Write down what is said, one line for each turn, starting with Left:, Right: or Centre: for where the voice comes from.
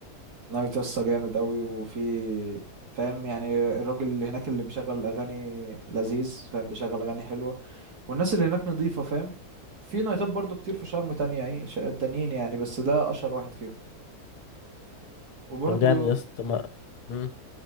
Right: نايت لسه جامد اوي وفي فاهم يعني الراجل اللي هناك اللي بيشغل الاغاني لذيذ فاهم بيشغل اغاني حلوه والناس اللي هناك نظيفه فاهم في نايتات برضو كتير في شرم تانية يعني ش- تانيين يعني بس ده اشهر واحد فيهم وبرضو
Left: طب جامد يا اسطى ما مم.